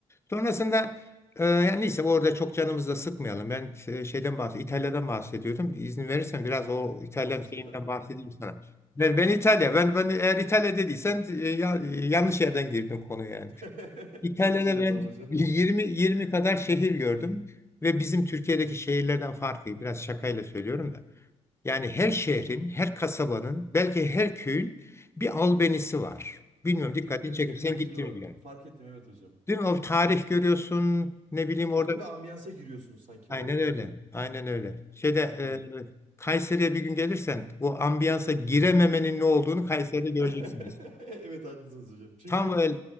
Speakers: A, on the left (about 15°); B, on the right (about 55°).
A: Sonrasında e, yani neyse orada çok canımızı da sıkmayalım. Ben e, şeyden bahsediyorum. İtalya'dan bahsediyordum. İzin verirsen biraz o İtalyan
B: Evet hocam.
A: şeyimden bahsedeyim sana. Ben ben İtalya. Ben ben eğer İtalya dediysen e, ya- e, yanlış yerden girdin konuya yani.
B: <laughs>
A: İtalya'da
B: Çok güzel oldu
A: ben
B: ama hocam.
A: 20 20 kadar şehir gördüm ve bizim Türkiye'deki şehirlerden farkı biraz şakayla söylüyorum da. Yani her şehrin, her kasabanın, belki her köyün bir albenisi var. Bilmiyorum
B: Evet,
A: dikkatini
B: kendine özgü
A: çekim. Sen
B: bir kültürü
A: gittin
B: var.
A: mi bir yere?
B: Fark ettim evet hocam.
A: Değil mi? O tarih görüyorsun. Ne
B: Evet.
A: bileyim
B: Farklı
A: orada.
B: bir ambiyansa giriyorsunuz sanki
A: Aynen
B: böyle.
A: öyle. Aynen öyle. Şeyde e,
B: Yani
A: Kayseri'ye bir gün gelirsen o ambiyansa girememenin ne olduğunu Kayseri'de göreceksiniz.
B: <laughs> Evet haklısınız hocam. Çünkü
A: Tam öyle.